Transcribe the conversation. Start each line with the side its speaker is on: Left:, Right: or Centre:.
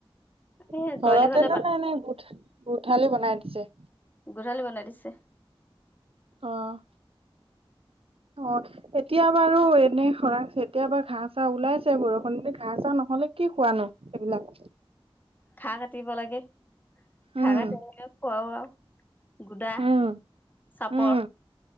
Left: এই
Right: ঘৰতেনে
Left: গোৱালি ঘৰতে পালো
Right: নাই এনেই গোঠ গোঠালি বনাই দিছে
Left: গোহালী বনাই দিছে।
Right: অ'। অ', এতিয়া বাৰু এনেই খৰাং, এতিয়া বাৰু ঘাঁহ-চাহ ওলাইছে বৰষুণ বুলি, ঘাঁহ-চাহ নহ'লে কি, কোৱা নো সেইবিলাক
Left: ঘাঁহ কাটিব লাগে।
Right: উম
Left: ঘাঁহ কাটি এনেকে খুৱাও আৰু। গোডা,
Right: উম
Left: চাপৰ
Right: উম,